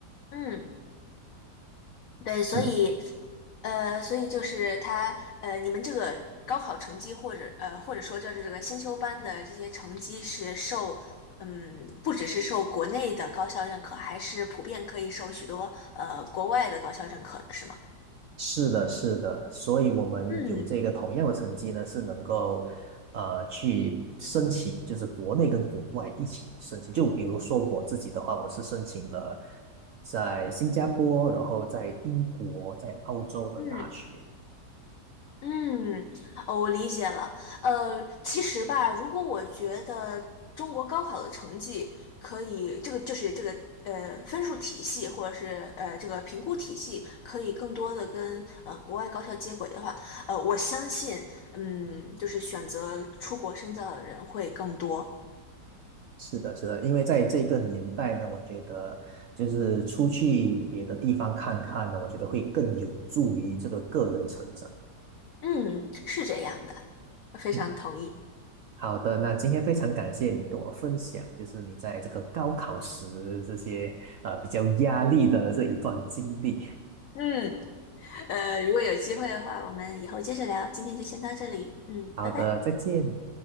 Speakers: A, on the left; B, on the right.
A: 嗯。对，所以，
B: 嗯
A: 呃，所以就是他，呃，你们这个高考成绩或者呃，或者说就是这个先修班的这些成绩是受，嗯，不只是受国内的高校认可，还是普遍可以受许多呃国外的高校认可的，是吗？
B: 是的，是的，所以我们有这个同样的成绩呢，
A: 嗯
B: 是能够呃去申请，就是国内跟国外一起申请。就比如说我自己的话，我是申请了在新加坡，然后在英国、在澳洲的大学。
A: 嗯，嗯，哦，我理解了。呃，其实吧，如果我觉得中国高考的成绩可以，这个就是这个呃分数体系或者是呃这个评估体系可以更多的跟呃国外高校接轨的话，呃，我相信，嗯，就是选择出国深造的人会更多。
B: 是的，是的，因为在这个年代呢，我觉得就是出去别的地方看看呢，我觉得会更有助于这个个人成长。
A: 嗯，是这样的，非常同意。
B: 嗯。好的，那今天非常感谢你跟我分享，就是你在这个高考时这些呃比较压力的这一段经历。
A: 嗯，呃，如果有机会的话，我们以后接着聊。今天就先到这里。嗯，
B: 好的，
A: 拜拜。
B: 再见。